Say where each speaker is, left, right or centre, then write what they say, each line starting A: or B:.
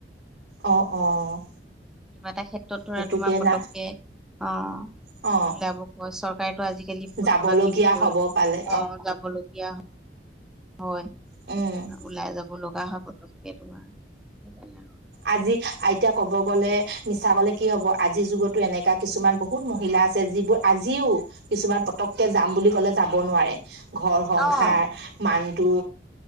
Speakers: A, on the right; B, in the centre.
A: অ', অ'।
B: কিবা এটা ক্ষেত্ৰত ধৰা
A: সেইটোকে
B: তোমাৰ পতককে
A: না
B: অ'
A: অ'।
B: হয় চৰকাৰেতো আজিকালি বহুত
A: যাবলগীয়া
B: কিবা কিবি কৰি
A: হ'ব পালে
B: অ', যাবলগীয়া হয় হয়।
A: অ'।
B: ওলাই যাব লগা হয় পটকে তোমাৰ সেইকাৰণে আৰু।
A: আজি আইতিয়া ক'ব গ'লে মিছা কলে কি হ'ব আজিৰ যুগতো এনেককাা কিছুমান বহুত মহিলা আছে যিবোৰ আজিও কিছুমান পটককে যাম বুলি ক'লে যাব নোৱাৰে, ঘৰ সংসাৰ
B: অ
A: মানটো